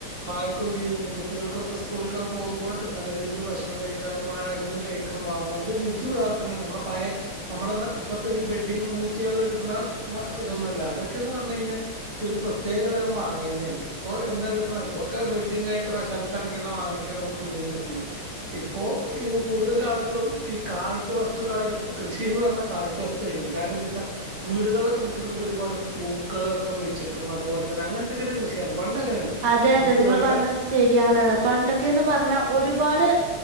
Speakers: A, on the right; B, on the right.
A: കായ്ക്കും ചെയ്തിന്നു കുട്ടികൾക്കൊക്കെ സ്കൂളിലക്കൊക്കെ പോകുമ്പോ നല്ല രീതിയിൽ ഭക്ഷണം കഴിക്കാനും അയ്മന്ന് കഴിക്കണം മാങ്ങാൻന്റെ രുചി ച്ചവേർത്തന്ന നമ്മുടെ പഴ നമ്മുടെ ഇപ്പത്തെ ഈ ബെഡി മൂച്ചകളിൽ കിട്ടണ ഇതൊന്നുമല്ല അതൊക്കെന്ന് പറഞ്ഞു കഴിഞ്ഞാൽ ഒരു പ്രത്യേക തരം മാങ്ങ തന്നെയാണ് ഇപ്പോ എന്താ കിട്ടണ ഇപ്പോക്കെ ബെഡിങ് ആയിട്ട് വിശാംശം അടങ്ങിയുള്ള വാങ്ങൊക്കെ നമുക്ക് പീടിന്ന് കിട്ടണ ഇപ്പോ ഈ കൂടുതൽ ആളുകളും ഈ കാഴ്ച്ച വസ്തുക്കളയിട്ട് കൃഷി എന്നു പറഞ്ഞാൽ കാഴ്ച വസ്തു കഴിക്കണം കാരണം എന്താ വെച്ചാൽ വീടുകളിലൊക്കെ മുറ്റത്തത്ത് കൂടി ഒരുപാട് പൂക്കളൊക്കെ വെച്ചിട്ടും അതുപോലെ തന്നെ അങ്ങനത്തൊക്ക ഒരു കൃഷിയാണ് പണ്ട് അങ്ങനെയല്ല.
B: അതെ
A: നമുക്ക്
B: അതെ നിങ്ങൾ
A: വേണ്ട
B: പറഞ്ഞ ശരിയാണ് പണ്ടൊക്കെന്ന് പറഞ്ഞാ ഒരുപാട്.